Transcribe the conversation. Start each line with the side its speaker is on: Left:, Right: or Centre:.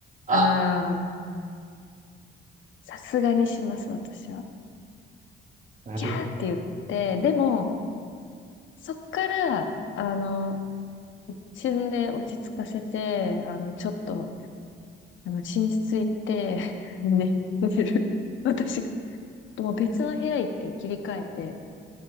Right: あ、
Left: う、うーん、さすがにします、私は。
Right: なる
Left: ギャーって言って、でも、そっから、あの、旬で落ち着かせて、あの、ちょっと、あの、寝室行って、<laughs> 寝、寝る。私が、もう別の部屋行って切り替えて、